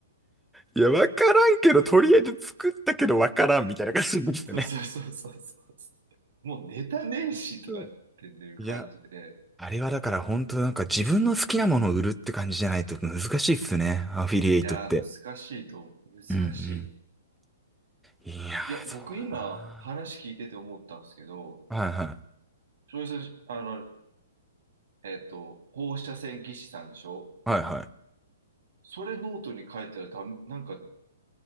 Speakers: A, in the centre; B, on the right (about 70°).
A: いや、わからんけど、とりあえず作ったけどわからんみたいな感じですよね。
B: <laughs> そうそうそうそうそう、もうネタねえしとかっていう感じで、
A: うんいや、あれはだから本当なんか自分の好きなものを売るって感じじゃないと難しいっすね。アフィリエイトって。
B: いやー、難しいと、難しい。
A: うんうん。いやー、
B: いや、
A: そうだ
B: 僕今話聞いてて思ったんですけど、
A: な。はいはい。
B: 翔平さん、あの、えっと、放射線技師さんでしょ
A: はいはい。
B: それノートに書いたらダメ、なんか、